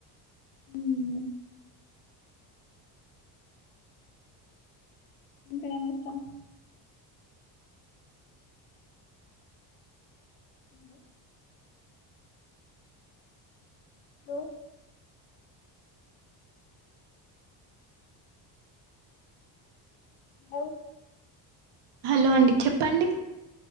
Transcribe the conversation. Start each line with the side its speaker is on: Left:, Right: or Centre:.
Left: ఉమ్ ఇంక ఏమి ఇష్టం హలో లో హలో
Right: హలో అండి చెప్పండి